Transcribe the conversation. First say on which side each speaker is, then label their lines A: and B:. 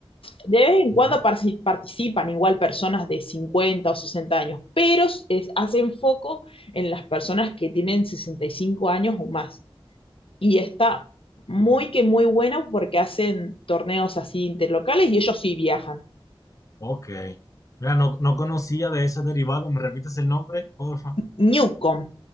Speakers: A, on the left; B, on the left.
A: De vez en
B: Bueno,
A: cuando participan igual personas de 50 o 60 años, pero es, hacen foco en las personas que tienen 65 años o más. Y está muy que muy bueno porque hacen torneos así interlocales y ellos sí viajan.
B: ok. Mira, no, no conocía de ese derivado. ¿Me repites el nombre, porfa?
A: Newcom